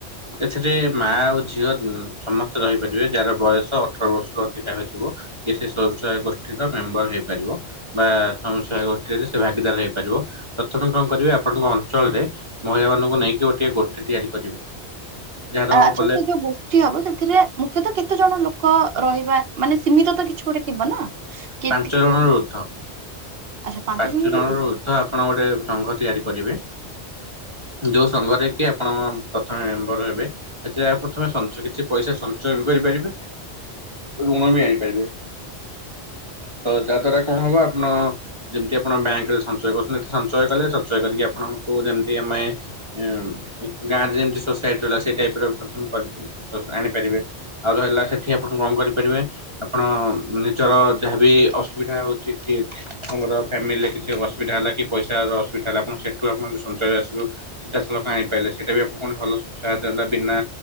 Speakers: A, on the right; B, on the right.
A: ଏଥିରେ ମା ଆଉ ଝିଅ ଉମ ସମସ୍ତେ ରହିପାରିବେ ଯାହାର ବୟସ ଅଠର ବର୍ଷରୁ ଅଧିକ। ତା ହୋଇଥିବ ଯେ ସେ ସ୍ୱୟଂ ସହାୟ ଗୋଷ୍ଠୀ ର ମେମ୍ବର ବି ହେଇପାରିବ ବା ସ୍ୱୟଂ ସହାୟ ଗୋଷ୍ଠୀରେ ସେ ଭାଗିଦା ଦାର ହେଇପାରିବ। ପ୍ରଥମେ କଣ କରିବେ ଆପଣଙ୍କ ଅଞ୍ଚଳରେ ମହିଳା ମାନଙ୍କୁ ନେଇକି ଗୋଟିଏ ଗୋଷ୍ଠୀ ତିଆରି କରିବେ। ଯାହାର
B: ଆ ଆଚ୍ଛା
A: ବୋଲେ
B: ସେ ଯୋଉ ଗୋଷ୍ଠୀ ହବ ସେଥିରେ ମୁଖ୍ୟତଃ କେତେ ଜଣ ଲୋ କ ରହିବା ମାନେ ସୀମିତ ତ କିଛି ଗୋଟେ ଥିବ ନା। କେତିକି
A: ପାଞ୍ଚ ଜଣରୁ ଉର୍ଦ୍ଧ।
B: ଆଚ୍ଛା
A: ପାଞ୍ଚ
B: ଜଣରୁ
A: ଜଣ ରୁ ଉର୍ଦ୍ଧ୍ୱ ଆପଣ ଗୋଟେ ସଂଘ ତିଆରି କରିବେ। ଯୋଉ ସଂଘରେ କି ଆପଣ ପ୍ରଥମେ ମେମ୍ବର ହେବେ ସେଥିରେ ଆ ପ୍ରଥମେ ସଞ୍ଚୟ କିଛି ପଇସା ସଞ୍ଚୟ ବି କ କରିପାରିବେ। ଋଣ ବି ଆଣିପାରିବେ। ତ ଯା ଦ୍ଵାରା କଣ ହବ ଆପଣ ଯେମିତି ଆପଣ ବ୍ୟାଙ୍କରେ ସଞ୍ଚୟ କରୁଛନ୍ତି ଏ <unintelligible> ସଞ୍ଚୟ କଲେ, ସଞ୍ଚୟ କରିକି ଆପଣଙ୍କୁ ଯେମିତି ଆମେ ଉମ ଗାଁରେ ଯେମିତି ସୋସାଇଟ ରହିଲା ସେ ଟାଇପ ର ପ୍ରଥମେ <unintelligible> ଆଣିପାରିବେ। ଆଉ ରହିଲା ସେଠି ଆପ <unintelligible> ଣ କରିପାରିବେ। ଆପଣ ନିଜର ଯାହାବି ଅସୁବିଧା ହଉଛି କି ଆପଙ୍କର ଫ୍ୟାମିଲିରେ କିଛି ଅସୁବିଧା ହେଲା କି ପଇସାର ଅସୁବିଧା ହେଲା ଆପଣ ସେଠୁ ଆପଣ ସଞ୍ଚୟ ଆସିବୁ ସିଧାସଳଖ ଆଣି ପାଇଲେ। ସେଟା ବି ଆପଣ କଣ ଭଲ ସୁ ସାହାୟତା ଦେଲା। ବିନା